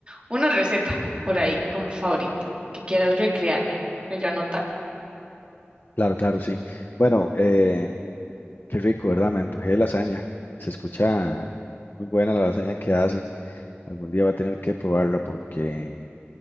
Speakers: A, on the right; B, on the left.
A: una receta por ahí como favorita que quieras recrearme para yo anotar.
B: Claro, claro, sí. Bueno, eh, qué rico, ¿verdad? Me antojé de lasaña. Se escucha muy buena la lasaña que hace. Algún día va a tener que probarla porque eh,